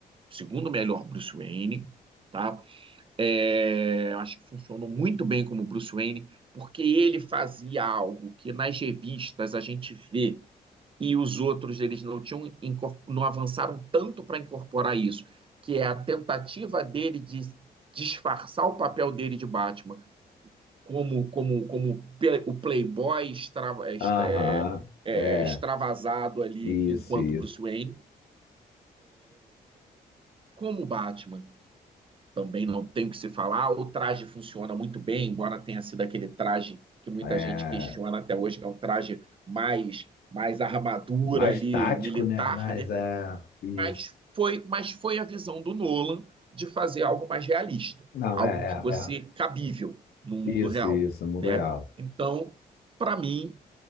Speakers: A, on the right; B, on the left.
A: O segundo melhor Bruce Wayne, tá? É, acho que funcionou muito bem como Bruce Wayne, porque ele fazia algo que nas revistas a gente vê e os outros eles não tinham não avançaram tanto para incorporar isso, que é a tentativa dele de disfarçar o papel dele de Batman como como como pe- o playboy extrava- extra-
B: Aham.
A: é, é,
B: É.
A: é, extravasado ali
B: Isso,
A: enquanto
B: isso.
A: Bruce Wayne, como Batman. Também não tem o que se falar. O traje funciona muito bem, embora tenha sido aquele traje que muita
B: É.
A: gente questiona até hoje, que é um traje mais mais armadura
B: Mais
A: ali
B: tático,
A: militar,
B: né? Mas
A: né?
B: é. Isso.
A: Mas foi, mas foi a visão do Nolan de fazer algo mais realista,
B: Não,
A: algo
B: é,
A: que fosse
B: é, é.
A: cabível no mundo
B: Isso,
A: real,
B: isso. Mundo
A: né?
B: real.
A: Então, para mim,